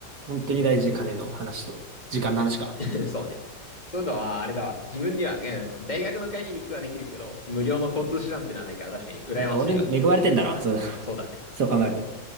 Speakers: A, on the right (about 60°); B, on the left (about 25°).
A: 本当に大事、
B: そ
A: 金の話と、時間の話か。
B: う、<laughs> そうね。そういうのは、あれだわ。自分には、うん大学の帰りに行くはできるけど、無料の交通手段ってのはないから確かに羨ましいわ。
A: だから俺、恵まれてんだな、そう、
B: そうだね。
A: <laughs> そう考えるとね。